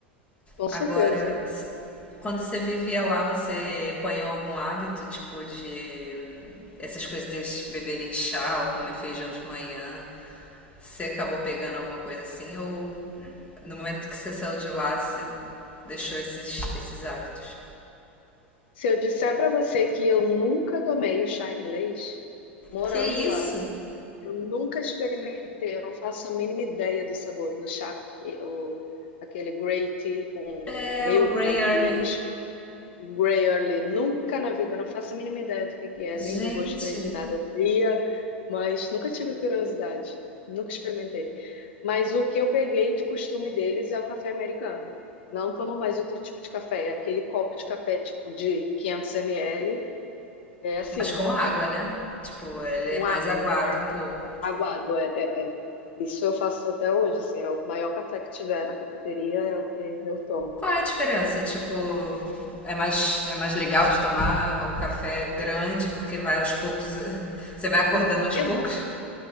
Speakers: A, on the left; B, on the left.
A: com
B: Agora,
A: certeza.
B: se- quando você vivia lá, você apanhou algum hábito, tipo, de essas coisas deles beberem chá ou comer feijão de manhã? Você acabou pegando alguma coisa assim? Ou no momento que você saiu de lá, você deixou esses, esses hábitos?
A: Se eu disser para você que eu nunca tomei o chá inglês, morando
B: Que isso?
A: lá, eu nunca experimentei, eu não faço a mínima ideia do sabor do chá, e- o, aquele grey tea com
B: É
A: milk,
B: o Grey
A: né, com
B: Early.
A: leite. Grey Early, nunca na vida, não faço a mínima ideia do que que é,
B: Gente.
A: nem do gosto, nem de nada. Via, mas nunca tive curiosidade, nunca experimentei. Mas o que eu peguei de costume deles é o café americano. Não tomo mais outro tipo de café, é aquele copo de café tipo de 500 ml, é assim,
B: Mas com água, né? Tipo, ele
A: com
B: é mais
A: água,
B: aguado
A: né?
B: um pouco.
A: Aguado, é, é, é. Isso eu faço até hoje, assim, é o maior café que tiver na cafeteria, é o que eu tomo.
B: Qual é a diferença? Tipo, é mais, é mais legal de tomar o café grande porque vai aos poucos, <laughs> você vai acordando aos
A: E
B: poucos?